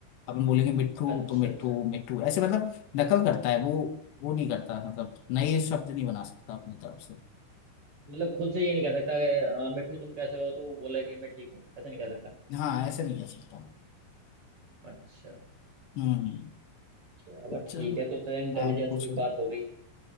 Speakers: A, on the left; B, on the right.
A: अपन बोलेंगे मिट्ठू
B: अच्छा
A: तो मिट्ठू
B: अच्छा
A: मिट्ठू ऐसे मतलब नकल करता है वो वो नहीं करता मतलब नए शब्द नहीं बना सकता अपनी तरफ से
B: मतलब खुद से ये नहीं कह सकता कि अ, मिट्ठू तुम कैसे हो तो वो बोले कि मैं ठीक हूँ ऐसा नहीं कह सकता
A: हाँ ऐसे नहीं कह सकता
B: अच्छा
A: हम्म हम्म।
B: चलो ठीक
A: चलो
B: है तो तो इंटेलिजेंस
A: आप पूछो
B: पे एक बात हो गई